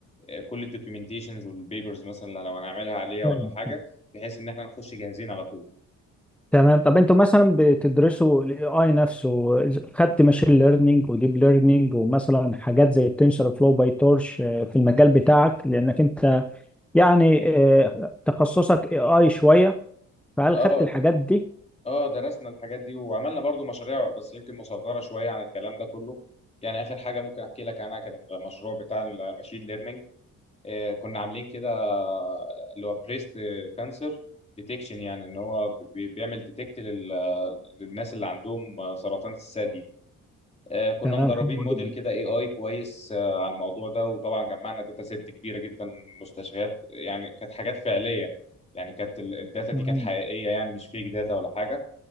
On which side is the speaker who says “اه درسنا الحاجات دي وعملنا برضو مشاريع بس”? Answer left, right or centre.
Left